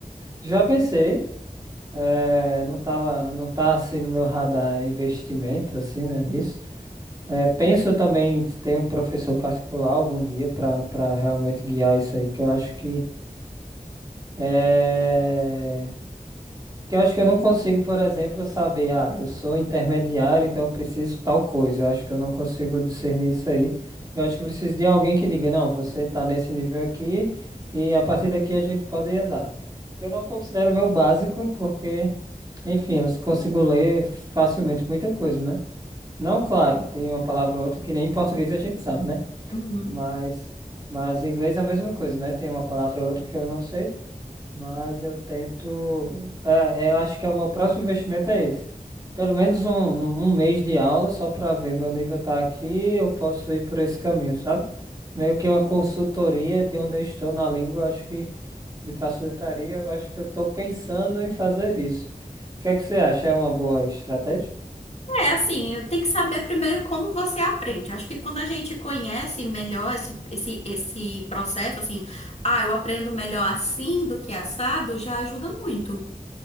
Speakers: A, on the right; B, on the left.
A: Já pensei, eh, não tava, não tá assim no meu radar investimento, assim, né, nisso. Eh, penso também em ter um professor particular algum dia para para realmente guiar isso aí, que eu acho que. eh, Que eu acho que eu não consigo, por exemplo, saber, ah, eu sou intermediário, então eu preciso tal coisa. Eu acho que eu não consigo discernir isso aí. Eu acho que eu preciso de alguém que diga, não, você tá nesse nível aqui e a partir daqui a gente pode andar. Eu não considero o meu básico, porque, enfim, eu consigo ler facilmente muita coisa, né? Não, claro, tem uma palavra ou outra que nem em português a gente sabe, né?
B: Uhum.
A: Mas, mas em inglês é a mesma coisa, né? Tem uma palavra ou outra que eu não sei. Mas eu tento. É, é, eu acho que é o meu próximo investimento é esse. Pelo menos um, um um mês de aula, só para ver meu nível tá aqui, eu posso ir por esse caminho, sabe? Meio que uma consultoria de onde eu estou na língua, eu acho que me facilitaria. Eu acho que eu estou pensando em fazer isso. O que é que você acha? É uma boa estratégia?
B: É, assim, tem que saber primeiro como você aprende. Eu Acho que quando a gente conhece melhor esse, esse, esse processo, assim, ah, eu aprendo melhor assim do que assado, já ajuda muito.